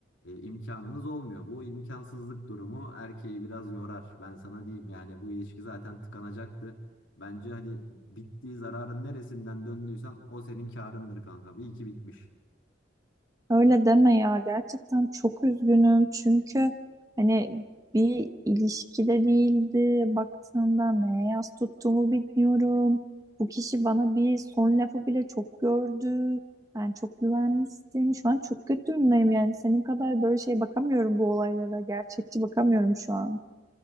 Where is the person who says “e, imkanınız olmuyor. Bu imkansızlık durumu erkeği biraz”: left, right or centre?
Left